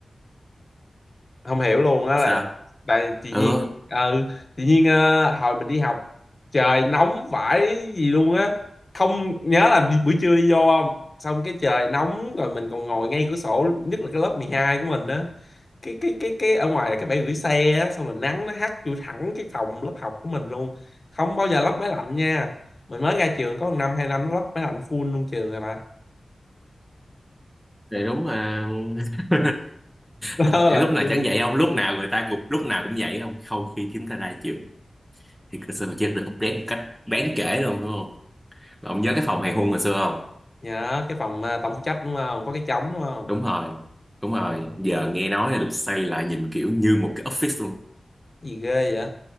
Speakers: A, on the left (about 35°); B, in the centre.
A: không hiểu luôn á
B: sao
A: là tại tự nhiên
B: ừ
A: ừ, tự nhiên ờ, hồi mình đi học trời nóng vãi gì luôn á không nhớ là đi, buổi trưa đi vô không xong cái trời nóng rồi mình còn ngồi ngay cửa sổ nhất là cái lớp 12 của mình á cái cái cái cái ở ngoài là cái bãi gửi xe á xong rồi nắng nó hắt vô thẳng cái phòng lớp học của mình luôn không bao giờ lắp máy lạnh nha mình mới ra trường có một năm hai năm nó lắp máy lạnh full luôn trường rồi bà
B: thì đúng mà <laughs>
A: <laughs>
B: Bất-
A: đó
B: lúc
A: lạnh
B: nào
A: full
B: chẳng
A: luôn
B: vậy
A: trường
B: không lúc
A: rồi
B: nào người ta cũng lúc nào cũng vậy không không khi chúng ta ra trường thì cơ sở vật chất được update một cách đáng kể luôn đúng không Ông nhớ cái phòng hàng hôn hồi xưa không?
A: nhớ cái phòng à, tổng phụ trách đúng không có cái trống đúng không
B: Đúng rồi, đúng rồi. Giờ nghe nói là được xây lại nhìn kiểu như một cái office luôn.
A: gì ghê vậy